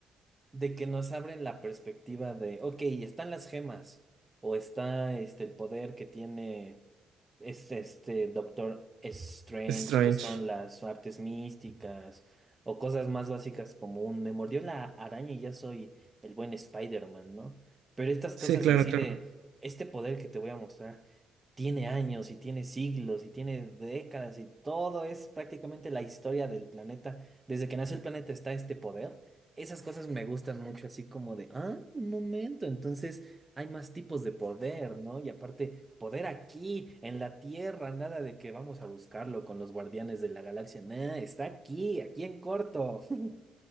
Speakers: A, on the right; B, on the right.
A: de que nos abren la perspectiva de, ok, están las gemas o está este, el poder que tiene es este Doctor Strange,
B: Strange.
A: que son las artes místicas o cosas más básicas como un me mordió la araña y ya soy el buen Spider-Man, ¿no? Pero estas
B: Sí,
A: cosas
B: claro,
A: así
B: claro.
A: de este poder que te voy a mostrar tiene años y tiene siglos y tiene décadas y todo es prácticamente la historia del planeta. Desde que nace el planeta está este poder. Esas cosas me gustan mucho, así como de, ah, un momento, entonces hay más tipos de poder, ¿no? Y aparte, poder aquí, en la Tierra, nada de que vamos a buscarlo con los guardianes de la galaxia, nada, está aquí, aquí en corto. <laughs>